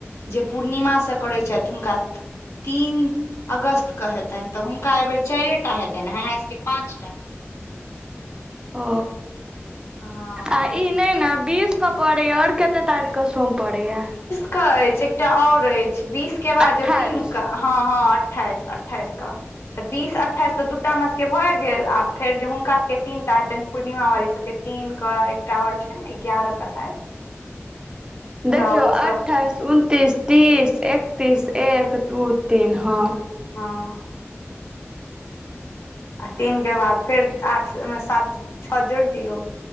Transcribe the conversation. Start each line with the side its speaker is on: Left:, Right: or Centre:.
Left: जे पूर्णिमा सँ करैत छथि हुनका तीन अगस्त क हेतनि तऽ हुनका एहिबेर चाईरेटा हेतनि हमरा सबके पांच टा हेत
Right: ओ
Left: हँ
Right: आ ई नै न बीस क पड़य य आओर कते तारिक क सोम पड़ैया
Left: क अछि एकटा आऔर अछि बीस के बाजो
Right: अठाइस
Left: तीन के हँ हँ अठाइस अठाइस क तऽ बीस अठाइस तऽ दू टा हमरा सभके भए गेल आ फेर जे हुनका सभके तीन टा हेतनि पूर्णिमा वाली सब के तीन के एकटा आओर छनि एगारह के शायद
Right: देखियौ
Left: तऽ ओ
Right: अठाइस
Left: सब
Right: उनतीस तीस एकतीस
Left: हँ
Right: एक दू तीन हँ
Left: हँ आ तीन के बाद फेर आठ ओमे सात छ जोइड़ दियौ